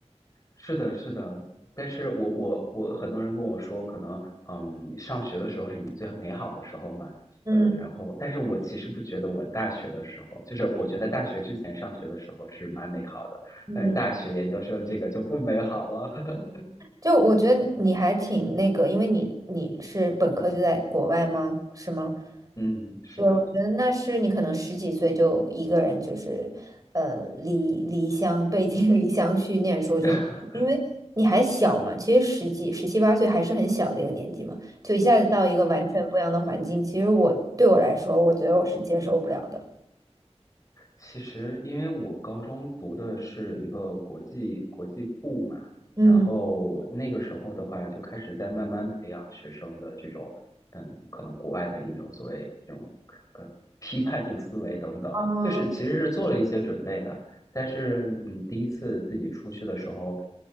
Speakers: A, on the left; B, on the right.
A: 是的，是的，但是我我我很多人跟我说，可能嗯，上学的时候是你最美好的时候嘛，
B: <laughs> 嗯
A: 呃，然后，但是我其实不觉得我大学的时候，就是我觉得大学之前上学的时候是蛮美好的，
B: 嗯，
A: 但是大学研究生这个就不美好了，<laughs>
B: 就我觉得你还挺那个，因为你你是本科就在国外吗？是吗？
A: 嗯，是的，
B: 对，我觉得那是你可能十几岁就一个人，就是，呃，离离乡背井离乡去念书。我觉得，
A: <laughs>
B: 因为你还小嘛，其实十几、十七八岁还是很小的一个年纪嘛，就一下子到一个完全不一样的环境，其实我对我来说，我觉得我是接受不了的。
A: 其实，因为我高中读的是一个国际国际部嘛，
B: 嗯，
A: 然后那个时候的话，就开始在慢慢培养学生的这种，嗯，可能国外的一种所谓这种呃批判性思维等等，
B: 哦，
A: 就是其实是做了一些准备的，但是嗯，第一次自己出去的时候，